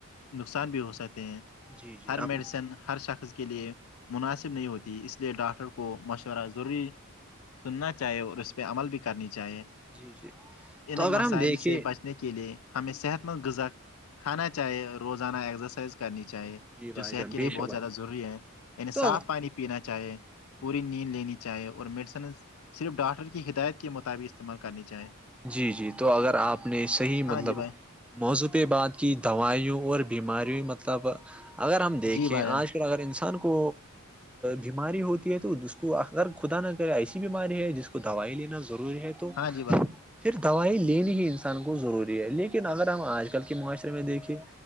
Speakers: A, on the left (about 75°); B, in the centre.
A: نقصان بھی ہو سکتے ہیں
B: جی جی
A: ہر
B: آپ
A: میڈیسن
B: نے
A: ہر شخص کے لیے مناسب نہیں ہوتی اس لیے ڈاکٹر کو مشورہ ضروری سننا چاہیے اور اس پہ عمل بھی کرنی چاہیے
B: جی جی
A: ان
B: تو اگر
A: مسائل
B: ہم دیکھے
A: سے بچنے کے لیے ہمیں صحت مند غذا کھانا چاہیے روزانہ ایکسرسائز کرنی چاہیے
B: جی بھائی
A: جو صحت
B: جان
A: کے
B: بے
A: لیے
B: شک
A: بہت
B: بھائی
A: زیادہ ضروری ہے یعنی
B: تو
A: صاف پانی پینا چاہے پوری نیند لینی چاہے اور میڈیسن صرف ڈاکٹر کی ہدایت کے مطابق استعمال کرنی چاہیں
B: جی جی تو اگر آپ نے صحیح مطلب
A: ہاں جی بھائی
B: موضوعی بعد کی دوائیوں اور بیماری مطلب اگر ہم دیکھیں
A: جی بھائی جان
B: آج اگر انسان کو بیماری ہوتی ہے تو اس کو ا اگر خدا نہ کرے ایسی بیماری ہے جس کو کو دوائی لینا ضروری ہے تو
A: ہاں جی بھائی
B: پھر دوائی لینی ہی انسان کو ضروری ہے لیکن اگر ہم آج کل کے معاشرے میں دیکھیں